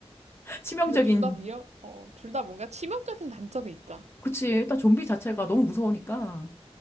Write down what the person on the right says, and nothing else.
근데 둘 다 위협, 어, 둘 다 뭔가 치명적인 단점이 있다.